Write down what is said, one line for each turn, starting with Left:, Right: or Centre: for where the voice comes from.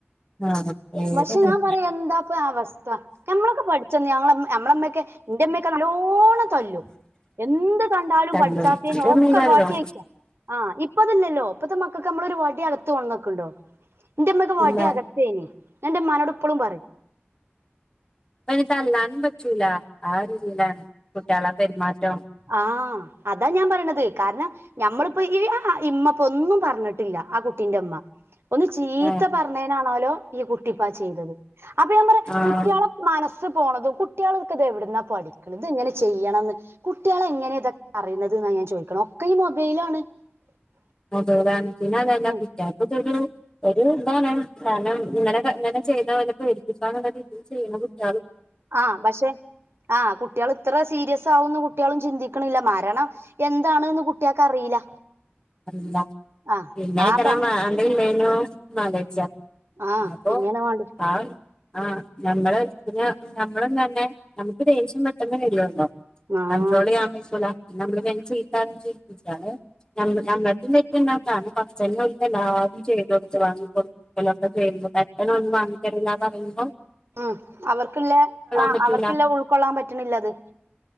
Left: ആഹ് പേടിയാണ്
Right: പക്ഷെ ഞാൻ പറയാ എന്താപ്പ അവസ്ഥ ഞമ്മളൊക്കെ പഠിച്ചന്ന ഞമ്മ മ്മളമ്മയക്കെ എന്റെമ്മേ ഒക്കെ നല്ലോണം തല്ലും എന്ത് കണ്ടാലും
Left: തല്ലും
Right: പഠിച്ചാത്തേന്
Left: ഇതൊന്നും
Right: ഒക്കെ
Left: തല്ലും
Right: വടി എടുക്കാ ആഹ ഇപ്പതല്ലല്ലോ ഇപ്പഴത്തെ മക്കൾക്ക് നമ്മളൊരു വടി അകത്ത് വന്നോക്കുണ്ടോ എന്റെ ഇമ്മൊക്കെ വടി
Left: ഇല്ല
Right: അഗതാനെ ഞാന്റെ ഉമ്മമാനോട് ഇപ്പോഴും പറയും
Left: ഇപ്പണേ തല്ലാനും പറ്റൂല ആ രീതിയിലാണ് കുട്ടികളെ പെരുമാറ്റം
Right: ആഹ അതാ ഞാൻ പറയണത് കാരണം ഞമ്മള്- അപ്പൊ ഇമ്മപ്പ ഒന്നും പറഞ്ഞിട്ടില്ല ആ കുട്ടിന്റെ ഇമ്മ ഒന്ന് ചീത്ത
Left: ഏഹ്
Right: പറഞ്ഞേനാണല്ലോ ഈ കുട്ടിപ്പാ ചെയ്തത് അപ്പൊ ഞാൻ പറയാ
Left: ആഹ്
Right: കുട്ടികളെ മനസ് പോണതും കുട്ടികൾക്കതെവിടുന്ന പഠിക്കണ ഇത് എങ്ങനെ ചെയ്യണംന്ന് കുട്ടികള എങ്ങനെ ഇതൊക്കെ അറിയുന്നത് എന്നാ ഞാൻ ചോദിക്കണം ഒക്കെ ഈ മൊബൈലാണ് <unintelligible>
Left: മൊബൈലാണ് അതെല്ല
Right: ഉം
Left: കുട്ടിയാക്കിത്തൊരു ഒരു ഇതാണ് കാരണം ഇങ്ങനെ ഇങ്ങനെ ചെയ്തപേടിപ്പിക്കാ എന്നുള്ള രീതിയിൽ ചെയ്യണ കുട്ടി
Right: ആഹ പക്ഷെ ആഹ കുട്ടികൾ ഇത്ര സീരിയസ് ആകുന്നു കുട്ടികളും ചിന്തിക്കണില്ല മാരണം എന്താണ്കുട്ടികക്ക് അറിയില്ല
Left: അറില്ല
Right: ആഹ്
Left: ഇന്നെക്കര
Right: ആ പ്രായ
Left: അ ഇല്ലേന മാലേജ
Right: ആഹ്
Left: പിന്നപ്പോ
Right: പിന്നെയാണ് വേണ്ടിയെ
Left: ആ ആഹ നമ്മള് പിന്നെ നമ്മള് തന്നെ നമുക്ക് ദേഷ്യം പെട്ടെന്ന്ലവരുല്ലോ
Right: ആഹ്
Left: കൺട്രോൾ ചെയ്യാൻ പറ്റൂല്ല നമ്മള് പേടിപ്പിച്ചാല് നമ്മടുത്തും - തെറ്റുണ്ട് കാരണം എല്ലാരും ചെയ്ത കൊടുത്ത് വാങ്ങിടുക്കലൊക്കെ ചെയ്യണ്ട് പെട്ടെന്ന് ഒന്ന് വാങ്ങി പറല്ല പറയുമ്പോൾ
Right: ഉം അവർക്കില്ല ആ
Left: പറ്റൂല
Right: അവർക്കില്ല ഉൾക്കൊള്ളാൻ പറ്റണില്ലത്